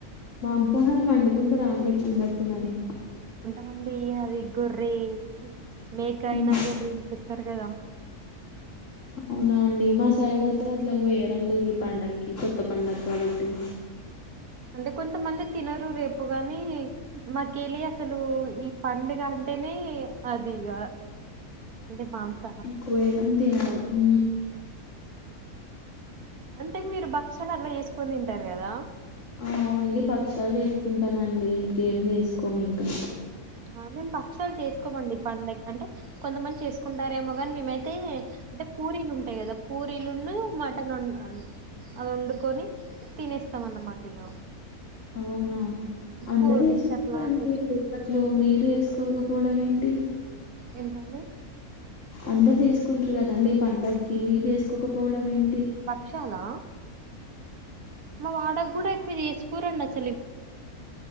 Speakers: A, on the left; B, on the right.
A: మాంసాహారం వండుకుంటే రాండి పండం పండక్కి మరి
B: వొండి అది గొర్ర్రి మేకాయినా
A: ఉహు.
B: గోరె గోస్తారు కదా
A: అవునా అండి మా సైడ్ అయితే అట్లా కోయరండి ఈ పండక్కి కొత్త పండగ కాబట్టి
B: అంటే కొంతమంది తినరు రేపు గానీ మాకి వెళి అసలు ఈ పండుగ అంటేనే అది ఇగ అంటే మాంస
A: కోయడం తినడం ఊ
B: అంటే మీరు భక్షాలు అట్లా చేసుకొని తింటారు కదా
A: ఆ ఓన్లీ భక్ష్యాలు చేసుకుంటామండి ఇంకేం చేసుకోము ఇంకా
B: ఆ మేము భక్షాలు చేసుకోమండి పండక్కి దగ్గర అంటే కొంతమంది చేసుకుంటారేమో కాని మేమైతే అంటే పూరీలు ఉంటాయి కదా పూరీలును మటన్ అది వండుకొని తినేస్తాం అన్నమాట ఇగ
A: అవునా అందరు
B: కూల్
A: చేసుకుంటారండి
B: డ్రింక్స్ అట్లా తెచ్చు
A: నిప్పట్లు మీరే చేసుకోకపోవడం ఏంటి
B: ఏంటండి
A: అందరు చేసుకుంటారు కదండి ఈ పండగకి మీరు చేసుకోకపోవడం ఏం
B: బక్షలా మ వాడ ఎక్కువ చేసుకోవాలండి అస